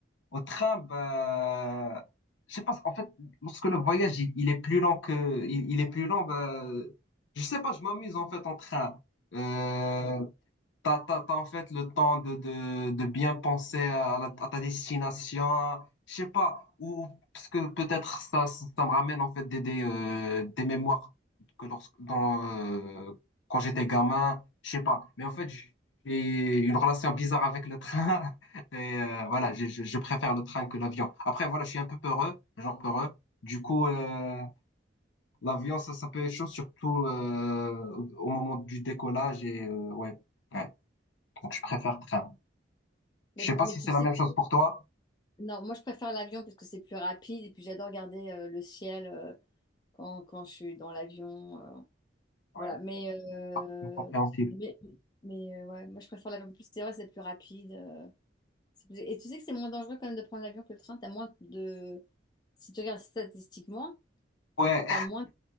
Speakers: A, on the left; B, on the left.
A: Au train, bah, je sais pas, en fait, lorsque le voyage, il, il est plus long que, il, il est plus long, bah, je sais pas, je m'amuse en fait en train. Euh, T'as, t'as, t'as en fait le temps de, de, de bien penser à, la- à ta destination, je sais pas, ou, ou- parce que peut-être ça, ça ça me ramène en fait des, des, euh, des mémoires que lorsque, dans, euh, quand j'étais gamin, je sais pas. Mais en fait, j'ai une relation bizarre avec le train <laughs> et euh, voilà, je, je, je préfère le train que l'avion. Après, voilà, je suis un peu peureux, genre peureux. Du coup, euh, l'avion, ça, ça peut être chaud, surtout euh, au au moment du décollage et euh, ouais. ouais. Donc, je préfère train. Je
B: Mais,
A: sais pas
B: mais
A: si
B: tu
A: c'est
B: sais,
A: la même chose pour toi.
B: non, moi je préfère l'avion parce que c'est plus rapide et puis j'adore regarder euh, le ciel euh, quand, quand je suis dans l'avion. euh,
A: Ouais,
B: voilà, mais, euh,
A: c'est compréhensible.
B: mais, mais euh, ouais, moi je préfère l'avion. En plus, c'est vrai, c'est plus rapide. euh, c'est plus- Et tu sais que c'est moins dangereux quand même de prendre l'avion que le train. T'as moins de... Si tu regardes statistiquement,
A: Ouais,
B: t'as moins